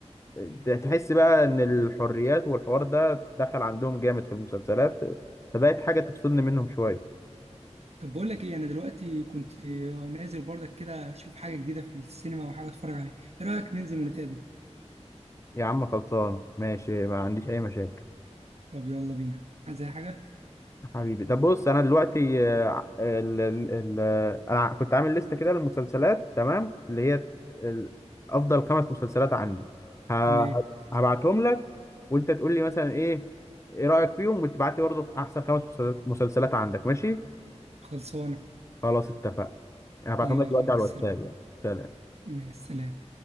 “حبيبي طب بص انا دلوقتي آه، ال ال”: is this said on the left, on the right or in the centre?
Left